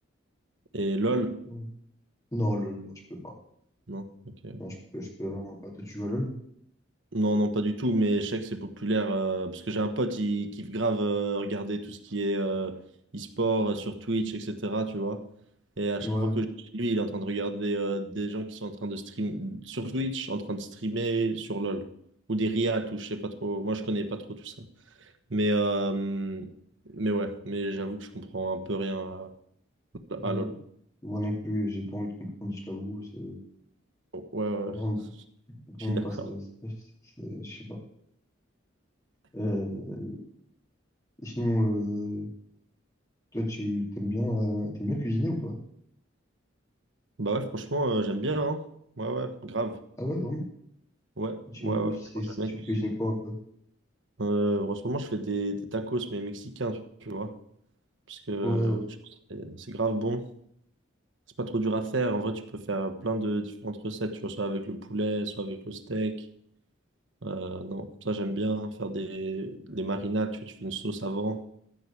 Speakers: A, on the right (about 65°); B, on the left (about 15°).
A: Et LOL?
B: Non, Non, LOL, non, je peux pas.
A: Non, ok.
B: Non, je peux, je peux vraiment pas. Toi, tu joues à LOL?
A: Non, non, pas du tout, mais je sais que c'est populaire euh, parce que j'ai un pote, il kiffe grave euh, regarder tout ce qui est euh, e-sport euh, sur Twitch, etc. Tu vois. Et à chaque
B: Ouais.
A: fois que je suis chez lui, il est en train de regarder euh, des gens qui sont en train de stream sur Twitch, en train de streamer sur LoL ou des reacts ou je sais pas trop. Moi, je connais pas trop tout ça. Mais, euh, mais ouais, mais j'avoue que je comprends un peu rien à,
B: Euh,
A: à LoL.
B: Moi non plus, j'ai pas envie de comprendre, je t'avoue. C'est
A: Bon, Ouais, ouais,
B: vraiment,
A: ouais, <laughs>
B: vraiment
A: je suis d'accord.
B: pas ça. c'est- c'est- Je sais pas. Euh, sinon, euh, toi, tu t'aimes bien, euh, t'aimes bien cuisiner ou pas?
A: Bah ouais, franchement, euh, j'aime bien, hein. Ouais, ouais, grave.
B: Ah ouais, vraiment?
A: Ouais,
B: Tu,
A: ouais, ouais,
B: c'est,
A: franchement, j'aime
B: tu
A: bien cuisiner.
B: cuisines quoi un peu?
A: Euh, en ce moment, je fais des, des tacos, mais mexicains, tu, tu vois. Parce que
B: Ouais, ouais.
A: je trouve que c'est c'est grave bon. C'est pas trop dur à faire. En vrai, tu peux faire plein de différentes recettes, tu vois, soit avec le poulet, soit avec le steak. Euh, non, ça, j'aime bien faire des, des marinades, tu vois, tu fais une sauce avant.